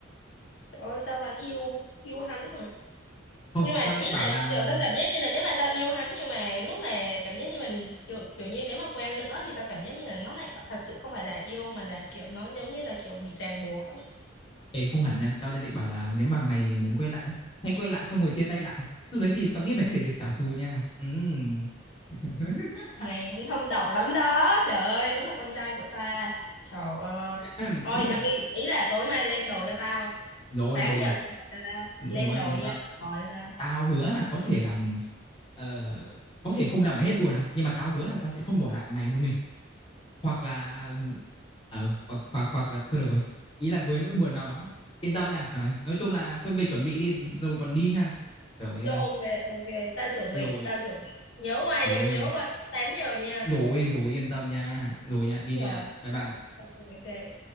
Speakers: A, on the left; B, on the left.
A: Trời ơi, tao vẫn yêu yêu hắn mà.
B: không
A: Nhưng mà
B: tao định
A: ý
B: bảo
A: là
B: là
A: kiểu tao cảm giác như là nếu mà tao yêu hắn nhưng mà lúc mà cảm giác như mình kiểu kiểu như nếu mà quen nữa thì tao cảm giác như là nó lại thật sự không phải là yêu mà là kiểu nó giống như là kiểu bị ràng buộc á.
B: Ê, không hẳn nha tao đang định bảo là nếu mà mày muốn quay lại á hãy quay lại xong rồi chia tay lại lúc đấy thì tao nghĩ mày có thể được trả thù nha Ừm. <laughs>
A: Mày cũng thâm độc lắm đó. Trời ơi, đúng là con trai của ta. Trời ơi.
B: <coughs>
A: Thôi đây, ý là tối nay lên đồ cho tao.
B: rồi
A: tám
B: rồi
A: giờ lên đồ cho tao. Lên
B: Ôi
A: đồ
B: yên
A: đi
B: tâm
A: ăn bò cho tao.
B: Tao hứa là có thể làm ờ, Có thể không làm mày hết buồn à Nhưng mà tao hứa là tao sẽ không bỏ lại mày một mình Hoặc là ờ, hoặc, hoặc hoặc là Thôi được rồi Ý là với nỗi buồn nào đó Yên tâm nha trời ơi. Nói chung là thôi về chuẩn bị đi Rồi còn đi ha Trời
A: Rồi,
B: ơi
A: Ok ok, tao chuẩn
B: Rồi
A: bị, tao chuẩn bị. Nhớ qua
B: Rồi
A: nha, nhớ qua trước 8 giờ nha.
B: Rồi rồi yên tâm nha Rồi nha đi
A: Rồi.
B: đi nha Bye bye
A: ok ok